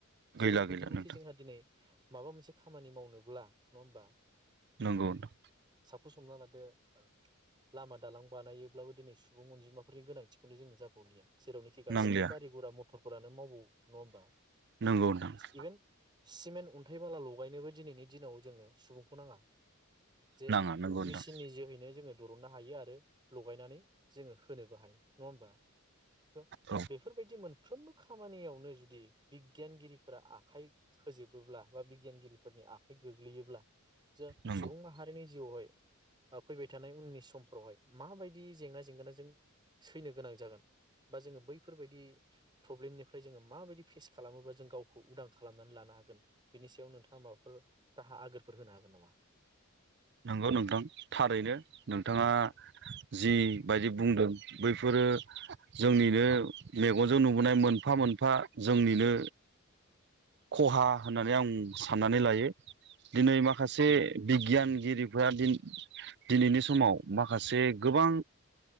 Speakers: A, on the right (about 50°); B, on the right (about 20°).
A: गैला
B: जेरै बिदिनोखि
A: गैला नोंथां
B: जोंहा दिनै माबा मोनसे खामानि मावनोब्ला नङा होमबा!
A: नोंगौ नोंथां
B: फसंना लादो लामा दालां बानायोब्लाबो दिनै सुबुं अनजिमाफोरनि गोनांथिखौनो जोंनो जाबावलिया जेरावनिखि गासिबो
A: नांलिया
B: गारि गुरा मथर फोरानो माव नङा होमबा
A: नंगौ नोंथां
B: इभेन सिमेन्ट अन्थाइ बाला लगायनोबो दिनैनि दिनाव जोंनो सुबुंखौ नाङा जे
A: नाङा नंगौ नोंथां
B: मेसिननि जोहैनो जोङो दरननो हायो आरो लगायनानै जोङो होनोबो हायो नङा होमबा स
A: औ
B: बेफोरबायदि मोनफ्रोमबो खामानियावनो जुदि बिगियानगिरिफोरा आखाइ होजोबोब्ला बा बिगियानगिरिफोरनि आखाइ गोग्लैयोब्ला जे
A: नंगौ
B: सुबुं माहारिनि जिउआवहाय फैबाय थानाय उननि समफ्रावहाय माबायदि जेंना जेंगोना जों सैनो गोनां जागोन बा जोङो बैफोरबायदि प्रब्लेमनि फ्राय जोङो माबायदि फेस खालामोबा जों गावखौ उदां खालामनानै लानो हागोन बिनि सायाव नोंथाङा माबाफोर दाहा आगोरफोर होनो हागोन नामा
A: नंगौ नोंथां थारैनो नोंथाङा जिबायदि बुंदों बैफोरो जोंनिनो मेगनजों नुबोनाय मोनफा मोनफा जोंनिनो खहा होननानै आं साननानै लायो। दिनै माखासे बिगियान गिरिफोरा दिनैनि समाव माखासे गोबां